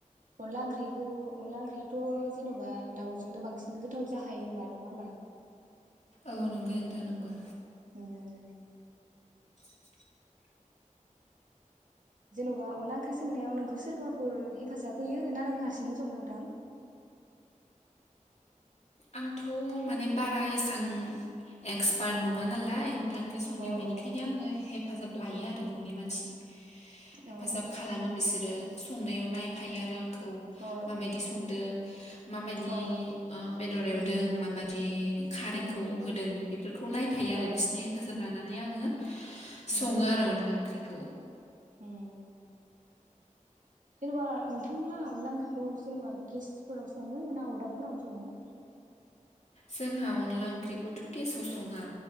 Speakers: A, on the right; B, on the left.
A: अनला ओंख्रिखौ अनला ओंख्रियाथ जेनबा दाउजोंनो बांसिन गोथाव जाखायो होनबा नङा होमबा।
B: ओउ नंगो नोथां नंगौ।
A: उम।
B: <inaudible>
A: जेनबा अनला ओंख्रि सोंनायाव नोंखौ सोरबाफोर हेफाजाब होयो होनना नों हारसिंनो सङो नोंथां?
B: आंथ माने बारा एसां एक्सपार्ट नङा नालाय अनला ओं ओंख्रि संनायाव
A: अ
B: बेनिखायनो
A: अ
B: आङो हेफाजाब लायो आरो ननि मानसिनि। हेफाजाब
A: अ
B: खालामो बिसोरो संनायाव नायफायो आरो आंखौ
A: अ
B: माबायदि संदों माबायदि
A: अ
B: ओ बेदर एवदों
A: उम
B: माबादि खारैखौ
A: उम
B: होदों बेफोरखौ नायफायो आरो
A: अ
B: बिसिनि
A: अ
B: हेफाजाब लाना नानै आङो
A: उम
B: सङो आरो अनला ओंख्रि थौ
A: उम। जेनेबा नोंथां लाहा अनला ओंख्रिखौ जेनेबा गेसफोराव सङो ना अरदाबफोरावनो सङो?
B: जोंहा अनला ओंख्रिखौथ गेसाव सङा।